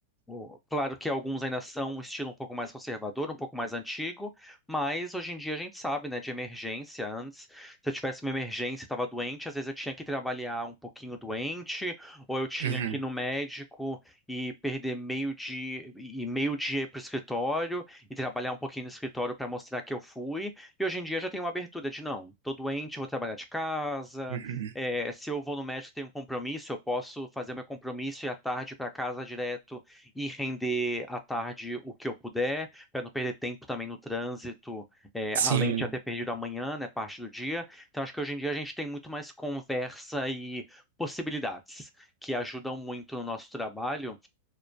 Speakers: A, in the centre; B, on the right (about 85°).
A: O- Claro que alguns ainda são um estilo um pouco mais conservador, um pouco mais antigo, mas hoje em dia a gente sabe, né, de emergência. Antes, se eu tivesse uma emergência, estava doente, às vezes eu tinha que trabalhar um pouquinho doente, ou eu tinha
B: Uhum,
A: que ir no médico e perder meio dia e meio dia para o escritório e trabalhar um pouquinho no escritório para mostrar que eu fui. E hoje em dia já tem uma abertura de não, tô doente, vou trabalhar de casa.
B: uhum.
A: é, se eu vou no médico, e tenho um compromisso, eu posso fazer meu compromisso e ir à tarde para casa direto e render à tarde o que eu puder, para não perder tempo também no trânsito, é,
B: Sim.
A: além de já ter perdido amanhã, né, parte do dia. Então, acho que hoje em dia a gente tem muito mais conversa e possibilidades que ajudam muito no nosso trabalho,